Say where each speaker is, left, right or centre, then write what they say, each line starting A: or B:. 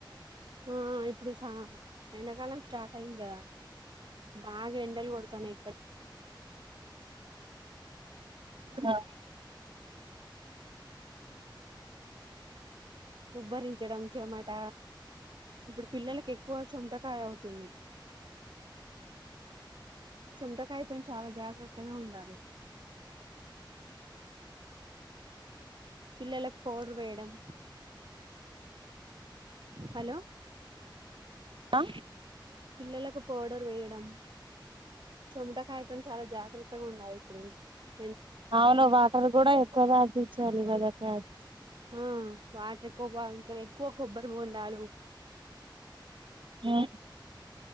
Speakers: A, on the right (about 65°); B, on the right (about 80°).
A: ఆ ఇప్పుడు సా ఎండాకాలం స్టార్ట్ అయింది కదా బాగా ఎండలు కొడుతు తనే
B: హా
A: ఉబ్బరించడం చెమట ఇప్పుడు పిల్లలకు ఎక్కువ చమటకాయ అవుతుంది. చమటకాయితోని చాలా జాగ్రత్తగా ఉండాలి. పిల్లలకు పౌడర్ వేయడం హలో
B: అ
A: పిల్లలకు పౌడర్ వేయండం చముటకయతోని చాలా జాగ్రత్తగా ఉండాలి ఇప్పుడు ఈ
B: అవును వాటర్ కూడా ఎక్కువ తాగిచ్చి చాలు గదా చ
A: ఆ వాటర్ ఎక్కువ బావించాలి ఎక్కువ కొబ్బరి బోండాలు
B: యా